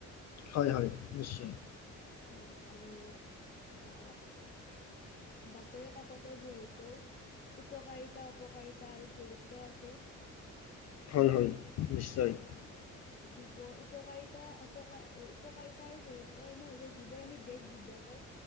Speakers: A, on the left (about 60°); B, on the left (about 30°).
A: হয় হয় নিশ্চয়।
B: হয় আৰু আ বাতৰি কাকতৰ বহুতো উপকাৰিতা অপকাৰিতা আৰু গুৰুত্ব আছে
A: হয় হয়।
B: অ'
A: <inaudible>
B: যিবোৰ উপকাৰিতা, উপকাৰ উপকাৰিতা আৰু গুৰুত্বসমূহ হৈছে যিবোৰ আমি দেশ বিদেশৰ